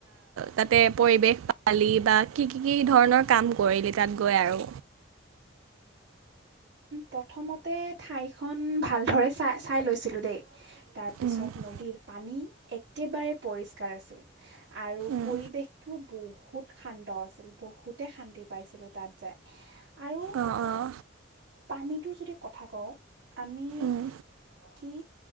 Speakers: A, on the right; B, on the right.
A: তাতে পৰিৱেশ পালি বা কি কি কি ধৰণৰ কাম কৰিলি তাত। গৈ আৰু
B: প্ৰথমতে ঠাইখন ভালদৰে চাই চাই লৈছিলোঁ দেই তাৰপিছত
A: উম
B: নদীৰ পানী একেবাৰে পৰিষ্কাৰ আছিল। আৰু
A: উম
B: পৰিৱেশটো। বহুত শান্ত আছিল বহুতে শান্তি পাইছিলোঁ তাত যাই। আৰু
A: অঁ অঁ।
B: পানীটোৰ যদি কথা কওঁ। আমি
A: উম
B: কি।